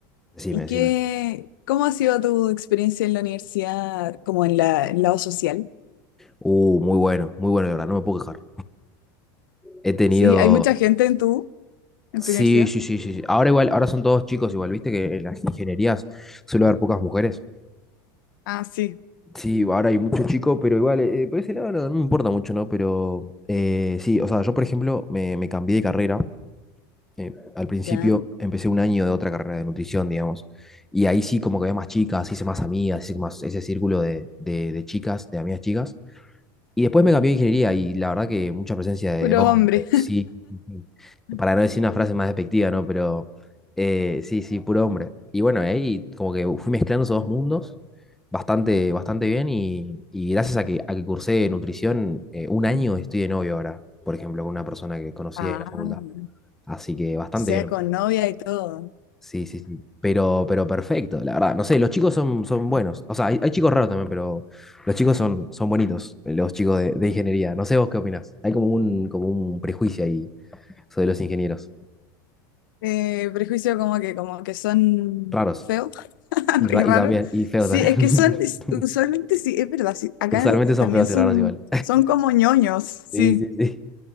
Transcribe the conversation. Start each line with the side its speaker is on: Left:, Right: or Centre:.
Centre: Decime,
Left: ¿Y
Centre: decime.
Left: qué, cómo ha sido tu experiencia en la universidad, como en la, en el lado social?
Centre: Uh, muy bueno, muy bueno, la verdad, no me puedo quejar. He tenido.
Left: Sí, hay mucha gente en tu, en
Centre: Sí,
Left: tu universidad.
Centre: sí, sí, sí. sí. Ahora igual, ahora son todos chicos igual, viste que en las ingenierías suele haber pocas mujeres.
Left: Ah, sí,
Centre: Sí, ahora hay muchos chicos, pero igual, eh, por ese lado no, no me importa mucho, ¿no? Pero eh, sí, o sea, yo por ejemplo me, me cambié de carrera. Eh, al principio
Left: ya.
Centre: empecé un año de otra carrera de nutrición, digamos. Y ahí sí como que había más chicas, hice más amigas, hice más ese círculo de, de, de chicas, de amigas chicas. Y después me cambió a ingeniería y la verdad que mucha presencia de
Left: Puros
Centre: hombres,
Left: hombres.
Centre: sí, sí, sí.
Left: <laughs>
Centre: para no decir una frase más despectiva, ¿no? Pero eh, sí, sí, puro hombre. Y bueno, ahí como que fui mezclando esos dos mundos bastante, bastante bien y, y gracias a que, a que cursé nutrición, eh, un año estoy de novio ahora, por ejemplo, con una persona que conocí
Left: Ah,
Centre: en la facultad.
Left: o
Centre: Así que bastante
Left: sea,
Centre: bien.
Left: con novia y todo.
Centre: Sí, sí, sí. Pero, pero perfecto, la verdad. No sé, los chicos son, son buenos. O sea, hay, hay chicos raros también, pero los chicos son, son bonitos, eh, los chicos de, de ingeniería. No sé vos qué opinás. Hay como un, como un prejuicio ahí sobre los ingenieros.
Left: Eh, prejuicio como que, como que son
Centre: Raros.
Left: feos <laughs>
Centre: Y, ra-
Left: y raros.
Centre: y también, y feos
Left: Sí,
Centre: también.
Left: es que son,
Centre: <laughs>
Left: usualmente sí, es verdad, sí. Acá
Centre: Usualmente son
Left: también
Centre: feos
Left: son,
Centre: y raros igual.
Left: son como ñoños, sí.
Centre: Sí, sí, sí.